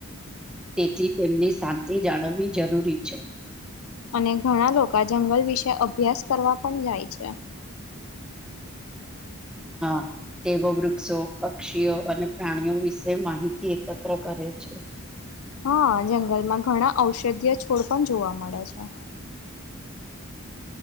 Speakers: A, in the centre; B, on the left.
A: તેથી તેમની શાંતિ જાળવવી જરૂરી છે
B: અને ઘણા લોકો જંગલ વિશે અભ્યાસ કરવા પણ જાય છે
A: હા તેઓ વૃક્ષો પક્ષીઓ અને પ્રાણીઓ વિશે માહિતી એકત્ર કરે છે
B: હા જંગલમાં ઘણા ઔષધીય છોડ પણ જોવા મળે છે